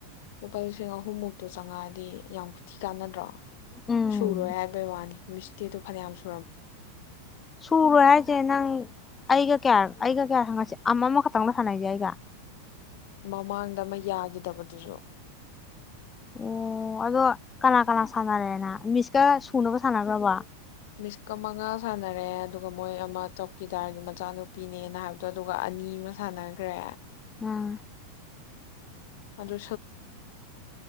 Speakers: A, on the left; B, on the left.
A: ꯂꯨꯄꯥ ꯂꯤꯁꯤꯡ ꯑꯍꯨꯝꯃꯨꯛꯇꯣ ꯆꯪꯉꯛꯑꯗꯤ ꯌꯥꯝ ꯊꯤ ꯀꯥꯟꯅꯗ꯭ꯔꯣ
B: ꯎꯝ
A: ꯁꯨꯔꯣꯏ ꯍꯥꯏꯕꯩ ꯋꯥꯅꯤ ꯃꯤꯁ ꯇꯦꯗꯣ ꯐꯅꯌꯥꯝꯁꯨ
B: ꯁꯨꯔꯥꯏ ꯍꯥꯏꯁꯦ ꯅꯪ ꯑꯩꯒ ꯀꯌꯥ ꯑꯩꯒ ꯀꯌꯥ ꯍꯪꯑꯁꯤ ꯑꯃꯃ ꯈꯛꯇꯪꯅ ꯁꯥꯟꯅꯁꯦ ꯑꯩꯒ꯫
A: ꯃꯃꯥꯡꯗ ꯃꯩ ꯌꯥꯈꯤꯗꯕꯗꯨꯁꯨ
B: ꯑꯣ ꯑꯗꯣ ꯀꯅꯥ-ꯀꯅꯥ ꯁꯥꯟꯅꯔꯦꯅ ꯃꯤꯁꯀ ꯁꯨꯅꯕ ꯁꯥꯟꯅꯈ꯭ꯔꯕ꯫
A: ꯃꯤꯁꯀ ꯃꯉꯥ ꯁꯥꯟꯅꯔꯦ ꯑꯗꯨꯒ ꯃꯣꯏ ꯑꯃ ꯆꯧꯀꯤꯗꯥꯔꯒꯤ ꯃꯆꯥꯅꯨꯄꯤꯅꯦꯅ ꯍꯥꯏꯕꯗꯣ ꯑꯗꯨꯒ ꯑꯅꯤ ꯑꯃ ꯁꯥꯟꯅꯈ꯭ꯔꯦ꯫
B: ꯎꯝ
A: ꯑꯗꯨ